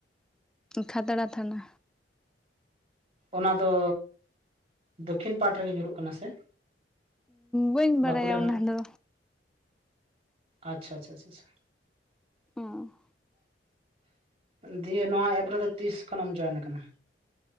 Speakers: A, in the centre; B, on the right.
A: ᱠᱷᱟᱫᱽᱲᱟ ᱛᱷᱟᱱᱟ᱾
B: ᱚᱱᱟ ᱫᱚ, ᱫᱚᱠᱷᱤᱱ ᱯᱟᱦᱴᱟ ᱨᱮᱜᱮ ᱧᱩᱨᱩ-ᱜ ᱠᱟᱱᱟ ᱥᱮ?
A: ᱵᱟᱹᱧ ᱵᱟᱲᱟᱭᱟ
B: ᱵᱟᱠᱩᱲᱟ ᱨᱮᱱᱟᱜ᱾
A: ᱚᱱᱟ ᱫᱚ
B: ᱟᱪᱪᱷᱟ - ᱪᱷᱟ ᱪᱷᱟ ᱪᱷᱟ᱾
A: ᱚᱸ᱾
B: ᱫᱤᱭᱮ ᱱᱚᱣᱟ ᱮᱯ ᱨᱮᱫᱚ, ᱛᱤᱥ ᱠᱷᱚᱱᱮᱢ ᱡᱚᱭᱮᱱ ᱟᱠᱟᱱᱟ?